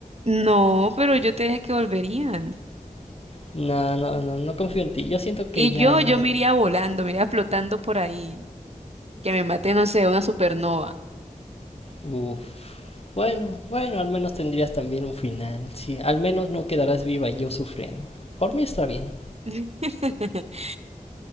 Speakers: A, on the right; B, on the left.
A: No, pero yo te dije que volverían.
B: No, no, no, no confío en ti. Yo siento que
A: Y
B: ya...
A: yo, yo me iría volando, me iría flotando por ahí, que me mate, no sé, una supernova.
B: Uf. Bueno, bueno, al menos tendrías también un final. Sí, al menos no quedarás viva y yo sufriendo. Por mí está bien.
A: <laughs>